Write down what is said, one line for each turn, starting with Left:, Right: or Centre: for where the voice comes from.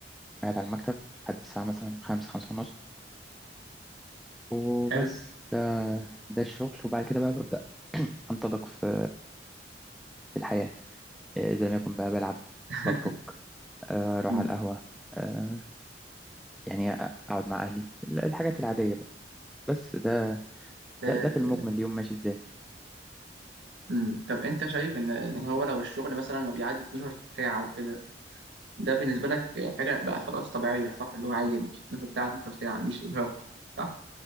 Centre: قاعد على المكتب لحد الساعة مثلا خمسة خمسة ونص وبس
Right: حلو
Centre: ده ده الشغل وبعد كده بقى ببدأ أنطلق في في الحياة إذا لم يكن بقى بلعب
Right: <laughs>
Centre: بخرج آه، أروح
Right: مم.
Centre: على القهوة آه، يعني اقعد مع اهلي ال- الحاجات العاديه بقى بس ده
Right: آه،
Centre: ده ده في المجمل اليوم ماشي ازاي
Right: مم. طب انت شايف ان ان هو لو الشغل مثلا ما بيعدي 12 ساعة وكده ده بالنسبة لك حاجة بقى خلاص طبيعية صح اللي هو عادي ده مش 12 ساعة 12 ساعة مش إرهاق صح؟